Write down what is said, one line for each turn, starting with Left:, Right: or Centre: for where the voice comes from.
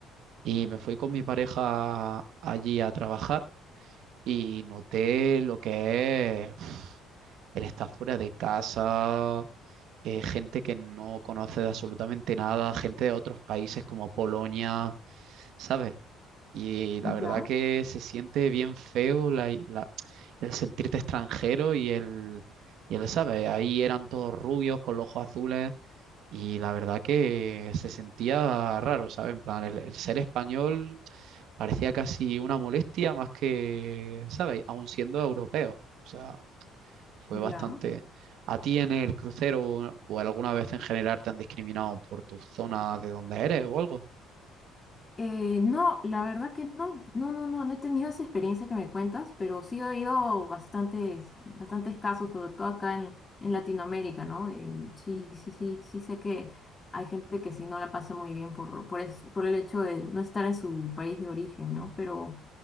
Right: y me fui con mi pareja allí a trabajar y noté lo que es <sniffs> el estar fuera de casa, eh, gente que no conoce de absolutamente nada, gente de otros países como Polonia, ¿sabes? Y la verdad
Left: ya,
Right: que se siente bien feo la- la- el sentirte extranjero y el, y el, ¿sabes? Ahí eran todos rubios con los ojos azules. Y la verdad que se sentía raro, ¿sabes? En plan, el, el ser español parecía casi una molestia más que, ¿sabes? Aún siendo europeo. O sea, fue
Left: ya.
Right: bastante... ¿A ti en el crucero o o alguna vez en general te han discriminado por tu zona de donde eres o algo?
Left: Eh, no, la verdad que no, no, no, no, no he tenido esa experiencia que me cuentas, pero sí he oído bastantes, bastantes casos, sobre todo acá en, en Latinoamérica, ¿no? Eh, sí, sí, sí, sí sé que hay gente que sí no la pasa muy bien por, por, es- por el hecho de no estar en su país de origen, ¿no? Pero...